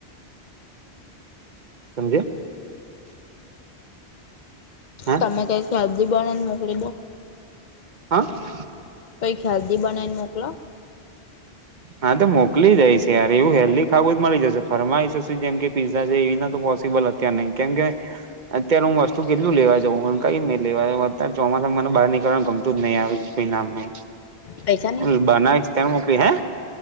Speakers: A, on the right; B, on the left.
A: સમજે? હા
B: તમે કંઈક શાદી બના ને મોકલીદો.
A: હા.
B: કૈક હેલ્દી બનાને મોકલો.
A: હા તો મોકલી જાયશ યાર એવું હેલ્ધી ખાવું જ મળી જશે ફરમાઈ જશે જેમ કે પીઝા છે એવી ના તો પોસિબલ હ તા નહી કેમ કે અત્યારે હું વસ્તુ કેટલું લેવા જઉં કઈ મેં લેવાઉ અત્યારે ચોમાસામાંને બાર નીકળવાનું ગમતું જ નહી આવ. નામ
B: પૈસા નહી
A: બનાસ તઈ મોકલી હે?